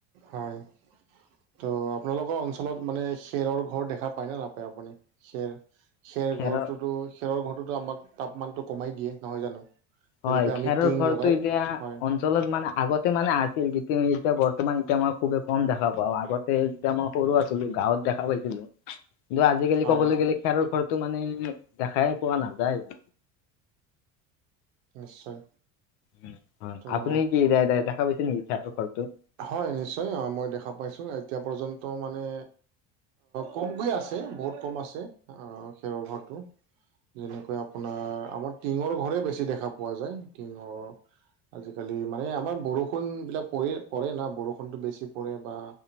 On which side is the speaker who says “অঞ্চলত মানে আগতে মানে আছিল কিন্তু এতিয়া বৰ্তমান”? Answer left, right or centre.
Left